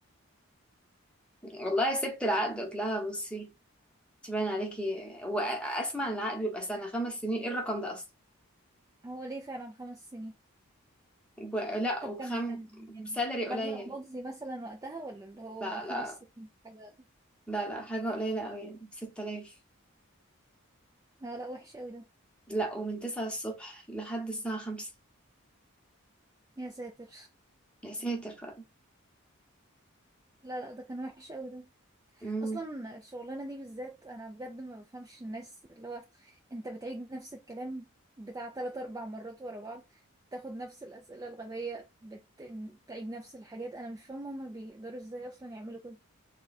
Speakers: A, in the centre; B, on the right.
A: <laughs> والله سبت العقد قلت لها بصي تبان عليكي وأسمع إن العقد بيبقى سنة خمس سنين إيه الرقم ده أصلا
B: هو ليه فعلا خمس سنين
A: و- لا
B: طب
A: وبخم
B: كان
A: بسالري
B: يعني مبلغ
A: قليل
B: مجزي مثلا وقتها ولا اللي هو
A: لا
B: خمس
A: لا
B: سنين حاجة
A: لا لا حاجة قليلة قوي 6000
B: لا لا وحش قوي ده
A: لا ومن تسعة الصبح لحد الساعة خمسة
B: يا ساتر
A: يا ساتر ف...
B: لا لا ده كان وحش قوي ده
A: مم.
B: اصلا الشغلانة دي بالذات انا بجد ما بفهمش الناس اللي هو انت بتعيد نفس الكلام بتاع تلات اربع مرات ورا بعض تاخد نفس الأسئلة الغبية بت... بتعيد نفس الحاجات أنا مش فاهمة هما بيقدروا ازاي أصلا يعملوا كده